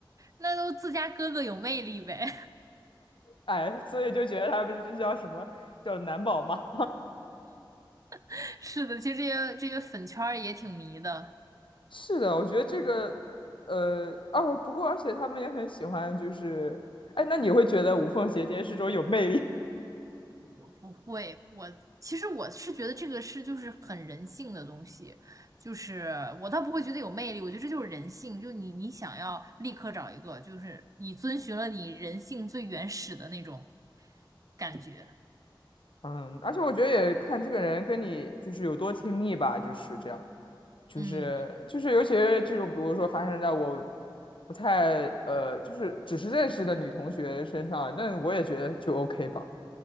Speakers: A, on the right; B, on the left.
A: 那都自家哥哥有魅力呗。
B: 哎，<laughs> 所以就觉得他们就叫什么叫男宝妈。
A: <laughs> 是的，其实这些这些粉圈儿也挺迷的。
B: <laughs> 是的，我觉得这个呃哦，不过而且他们也很喜欢，就是哎，那你会觉得无缝衔接是种有魅力？<laughs>
A: 我不会，我其实我是觉得这个是就是很人性的东西，就是我倒不会觉得有魅力，我觉得这就是人性，就你你想要立刻找一个，就是你遵循了你人性最原始的那种感觉，
B: 嗯，而且我觉得也看这个人跟你就是有多亲密吧，就是这样。就是就是，
A: 嗯。
B: 尤其是这种，比如说发生在我不太呃，就是只是认识的女同学身上，那我也觉得就 OK 吧。